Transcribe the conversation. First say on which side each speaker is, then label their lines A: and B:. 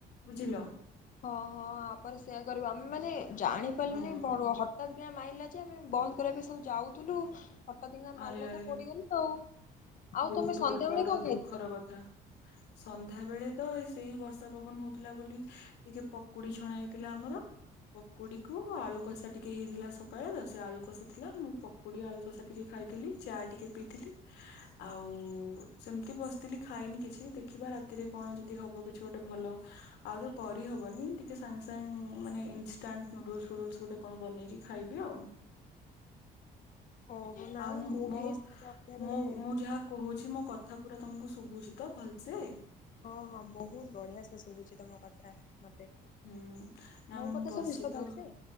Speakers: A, on the left; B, on the left.
A: ବୁଝିଲ।
B: ହଁ ହଁ ତାପରେ ସେଇୟା କରିବୁ ଆମେ ମାନେ ଜାଣିପାରିଲୁନି
A: ହୁଁ
B: ବ ହଠାତ୍ ମାଇଲା ଯେ ଆମେ ବନ୍ଦ କରିବା ପାଇଁ ସବୁ ଯାଉଥିଲୁ ହଟୋ ଦା
A: ଆରେ
B: ମାରିଲା
A: ଆରେ
B: ତ ପଡିଗଲୁ ଆଉ ଆଉ
A: ବହୁତ
B: ତମେ ସନ୍ଧ୍ୟାବେଳେ
A: ଗୋଟେ ବଡ
B: କଣ
A: ଦୁଃଖର
B: ଖାଇଥିଲ?
A: କଥା ସନ୍ଧ୍ୟା ବେଳେ ତ ସେଇ ବର୍ଷା ପବନ ହଉଥିଲା ବୋଲି ଟିକେ ପକୁଡି ଛଣା ହେଇଥିଲା ଆମର ପକୁଡି କୁ ଆଳୁ କଷା ଟିକେ ହେଇଥିଲା ସକାଳେ ତ ସେ ଆଳୁ କଷା ଥିଲା ମୁ ପକୁଡି ଆଳୁ କଷା ଟିକେ ଖାଇଥିଲି ଚା ଟିକେ ପିଇଥିଲି। ଆଉ ସେମିତି ବସିଥିଲି ଖାଇନି କିଛି ଦେଖିବା ରାତିରେ କଣ ଯଦି ହବ କିଛି ଗୋଟେ ଭଲ ଆଉ ତ କରିହବନି ଟିକେ ସାଙ୍ଗ ସାଙ୍ଗ ମାନେ ଇନାଣ୍ଟ ନୁଡୁଲସ ଫୁଡୁଲସ ଗୋଟେ କଣ ବନେଇକି ଖାଇବି ଆଉ।
B: ଓହୋ ନା
A: ଆଉ
B: ମୁଁ ବି
A: ମୋ
B: ଏଇ ସନ୍ଧ୍ୟାବେଳେ
A: ମୁଁ ମୁଁ ଯାହା କହୁଚି ମୋ କଥା କଥା ପୁରା ତମକୁ ଶୁଭୁଚି ତ ଭଲସେ?
B: ହଁ ହଁ ବହୁତ ବଢିଆ ସେ ଶୁଭୁଚି ତମ କଥା ମତେ।
A: ହୁଁ ନା
B: ମୋ
A: ମୁଁ
B: କଥା
A: ବସି
B: ଶୁଭୁଛି ଭଲସେ?
A: ତ